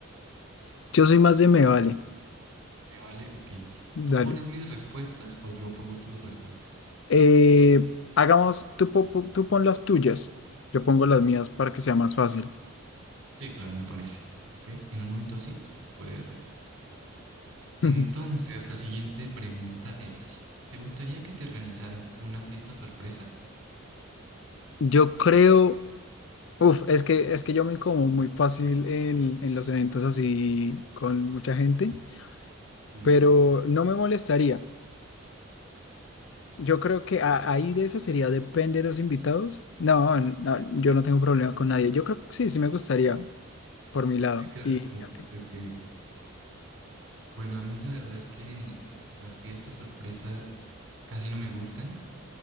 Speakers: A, on the left (about 60°); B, on the right (about 75°).
A: Yo soy más de me vale.
B: Me vale, ok.
A: Dale.
B: ¿Tú pones mis respuestas o yo pongo tus respuestas?
A: Eh, hagamos, tú, po- po- tú pon las tuyas. Yo pongo
B: Ok,
A: las mías
B: ok.
A: para que sea más fácil.
B: Sí, claro, me parece. Ok, en un momento así, solo se puede reír. Entonces,
A: <laughs>
B: la siguiente pregunta es, ¿te gustaría que te organizaran una fiesta sorpresa?
A: Yo creo. Uf, es que, es que yo me incomodo
B: Mm.
A: muy fácil en, en los eventos así con mucha gente,
B: Sí,
A: pero no me molestaría. Yo creo que a- ahí de esa sería depende de los invitados. No, no, yo no tengo problema con nadie. Yo creo que sí, sí me gustaría por mi lado.
B: sí, creo
A: ¿Y
B: que sí. Ok,
A: a ti?
B: ok. Bueno, a mí la verdad es que las fiestas sorpresa casi no me gustan